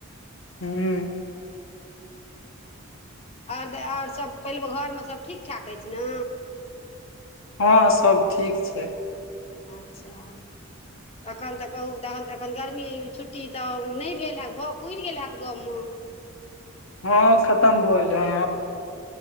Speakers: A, on the left (about 70°); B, on the left (about 30°).
A: हूँ
B: आओर आओर सभ पहिलबे घरमे सभ ठीक ठाक अछि ने
A: हँ सब ठीक छै
B: अच्छा तखन तऽ कहू तहन तऽ एखन गरमी छुट्टी तऽ नहि भेल ह भाव पुरि गेल हैत गाममे
A: हँ खतम भएै हेन आब